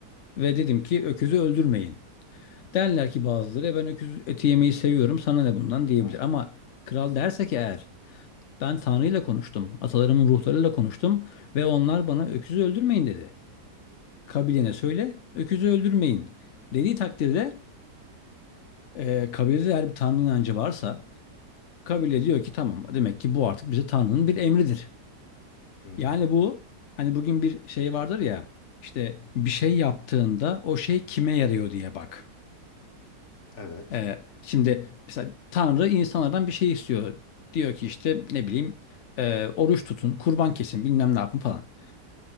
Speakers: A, on the left; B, on the left.
A: ve dedim ki öküzü öldürmeyin. Derler ki bazıları "E, ben öküz eti yemeyi seviyorum sana ne bundan diyebilir.
B: Aynen.
A: Ama kral derse ki eğer ben Tanrı'yla konuştum atalarımın ruhlarıyla konuştum ve onlar bana öküzü öldürmeyin dedi. Kabilene söyle öküzü öldürmeyin dediği takdirde e, kabilede eğer bir Tanrı inancı varsa kabile diyor ki tamam demek ki bu artık bize Tanrı'nın bir emridir.
B: Hı hı.
A: Yani bu hani bugün bir şey vardır ya işte bir şey yaptığında o şey kime yarıyor diye bak.
B: Evet.
A: Ee, şimdi mesela Tanrı insanlardan bir şey istiyor. Diyor ki işte ne bileyim e, oruç tutun, kurban kesin, bilmem ne yapın falan.